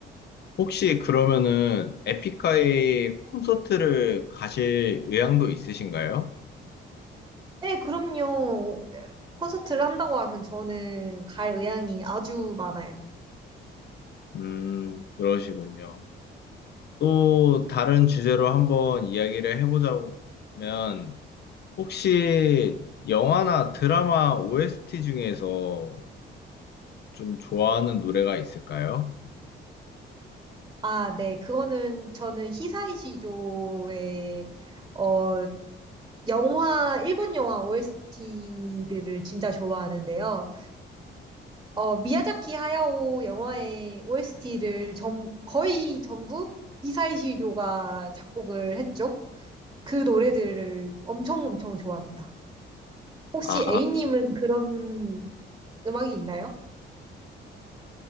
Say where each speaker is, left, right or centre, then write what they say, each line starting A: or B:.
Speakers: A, on the left; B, on the right.
A: 혹시 그러면은 에픽하이 콘서트를 가실 의향도 있으신가요?
B: 네, 그럼요. 콘서트를 한다고 하면 저는 갈 의향이 아주 많아요.
A: 음, 그러시군요. 또 다른 주제로 한번 이야기를 해보자면, 혹시 영화나 드라마 OST 중에서 좀 좋아하는 노래가 있을까요?
B: 아, 네. 그거는 저는 히사이시조의 어 영화 일본 영화 OST들을 진짜 좋아하는데요. 어 미야자키 하야오 영화의 OST를 전 거의 전부 히사이시조가 작곡을 했죠. 그 노래들을 엄청 엄청 좋아합니다. 혹시
A: 아,
B: A님은 그런 음악이 있나요?